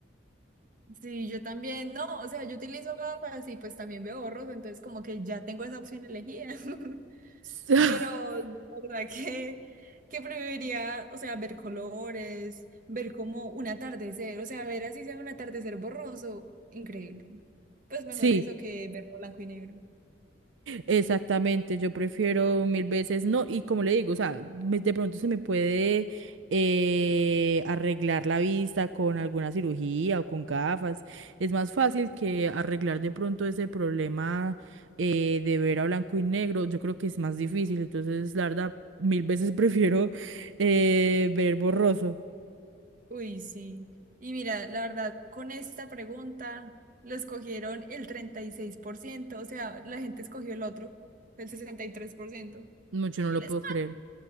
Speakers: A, on the right (about 45°); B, on the right (about 85°).
A: Sí, yo también, no, o sea, yo utilizo gafas y pues también veo borroso entonces como que ya tengo esa opción elegida. <laughs>
B: <laughs>
A: Pero de verdad que, que preferiría, o sea, ver colores, ver como un atardecer, o sea, ver así sea un atardecer borroso, increíble. Pues mejor
B: Sí,
A: eso que verlo blanco y negro.
B: exactamente. Yo prefiero mil veces no. Y como le digo, o sea, me- de pronto se me puede eh, arreglar la vista con alguna cirugía o con gafas. Es más fácil que arreglar de pronto ese problema eh, de ver a blanco y negro. Yo creo que es más difícil. Entonces, la verdad, mil veces <laughs> prefiero eh, ver borroso.
A: Uy, sí. Y mira, la verdad, con esta pregunta lo escogieron el treinta y seis por ciento o sea, la gente escogió el otro, el sesenta y tres por ciento
B: No, yo no lo
A: El es-
B: puedo creer.